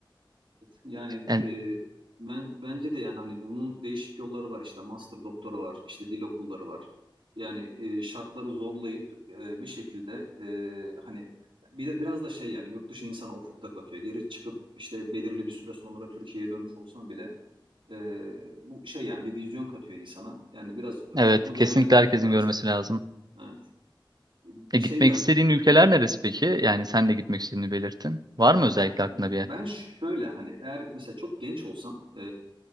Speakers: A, on the right; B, on the right.
A: Evet, Yani
B: Yani
A: e, ben bence de yani hani bunun değişik yolları var işte master doktora var işte dil okulları var. Yani e, şartları zorlayıp e, bir şekilde e, hani bir de biraz da şey yani yurt dışı insana ufuk da katıyor. Geri çıkıp işte belirli bir süre sonra Türkiye'ye dönmüş olsan bile Ee, bu şey yani bir vizyon katıyor insana. Yani biraz e,
B: evet
A: onu
B: kesinlikle
A: değerlendirmek
B: herkesin
A: lazım.
B: görmesi lazım.
A: Evet. Bir
B: E, gitmek
A: Şey der
B: istediğin ülkeler neresi peki? Yani sen de gitmek istediğini belirttin. Var
A: e,
B: mı özellikle
A: ya
B: aklında bir
A: ben
B: yer?
A: şöyle hani eğer mesela çok genç olsam e,